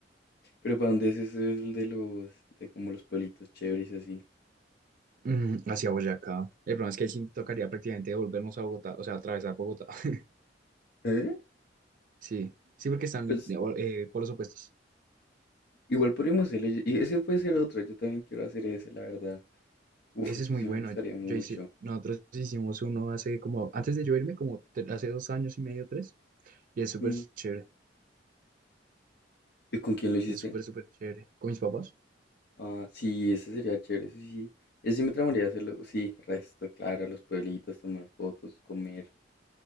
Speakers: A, on the left; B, on the right.
A: Pero ¿para dónde es ese el de los, de como los pueblitos chéveres y así?
B: Mm, hacia Boyacá. El problema es que ahí sí tocaría prácticamente volvernos a Bogotá, o sea, atravesar Bogotá. <laughs>
A: ¿Eh?
B: Sí, sí, porque están
A: Pues
B: eh, por los opuestos.
A: Igual podríamos hacerlo. Y y ese puede ser otro. Yo también quiero hacer ese, la verdad. Uf,
B: Ese
A: eso
B: es muy
A: sí
B: bueno.
A: me gustaría mucho.
B: Yo hice, nosotros hicimos uno hace como, antes de yo irme, como te- hace dos años y medio, tres, y es súper
A: Mm,
B: chévere,
A: ¿Y con quién lo hiciste?
B: es súper, súper chévere. ¿Con mis papás?
A: Ah, sí, ese sería chévere. Ese sí. Ese sí me tramaría hacerlo. Sí, resto, claro. Los pueblitos, tomar fotos, comer.